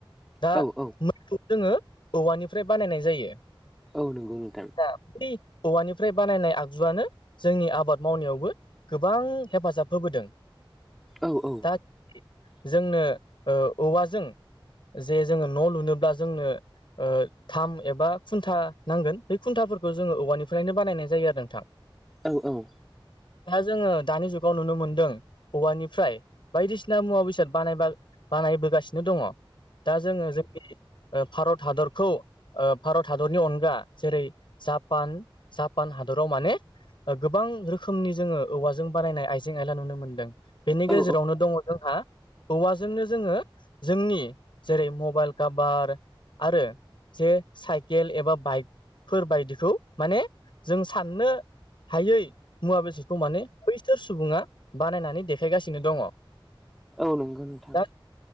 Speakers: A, in the centre; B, on the left (about 65°).
A: औ
B: दा
A: औ
B: मैखौ जोङो औवानिफ्राय बानायनाय जायो
A: औ नोंगौ नोंथां
B: दा बि औवानिफ्राय बानायनाय आगजुआनो जोंनि आबाद मावनायावबो गोबां हेफाजाब होबोदों
A: औ औ
B: दा जोंनो ओ औवाजों जे जोङो न' लुनोब्ला जोंनो ओ थाम एबा खुन्था नांगोन बे खुन्थाफोरखौ जोङो औवानिफ्रायनो बानायनाय जायो आरो नोंथां
A: औ औ
B: दा जोङो दानि जुगाव नुनो मोनदों औवानि फ्राय बायदिसिना मुवा बेसाद बानाय बानायबोगासिनो दङ दा जोङो जोंनि ओ भारत हादरखौ ओ भारत हादरनि अनगा जेरै जापान जापान हादराव माने ओ गोबां रोखोमनि जोङो औवाजों बानायनाय आइजें आयला नुनो मोनदों बेनि गेजेरावनो
A: औ
B: दङ जोंहा औवाजोंनो जोङो जोंनि जेरै मबाइल कभार आरो जे साइकेल एबा बाइक फोरबायदिखौ माने जों साननो हायै मुवा बेसादखौ माने बैसोर सुबुङा बानायनानै देखायगासिनो दङ।
A: औ नंगौ नोंथां
B: दा